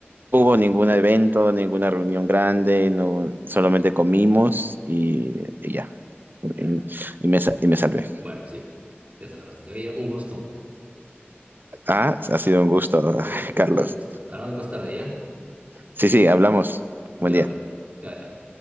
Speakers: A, on the right; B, on the right.
A: hubo
B: igual,
A: ningún evento, ninguna reunión grande, no, solamente comimos y, y ya. Y,
B: ya.
A: y- y me, sa- y me salvé.
B: Bueno, sí, te salvaste. Oye, un gusto,
A: Ah, ha sido un gusto, <laughs>
B: un,
A: Carlos.
B: un gusto. Hablamos más tarde, ¿ya?
A: Sí, sí, hablamos.
B: Ya,
A: Buen día.
B: bueno. Ya, ya.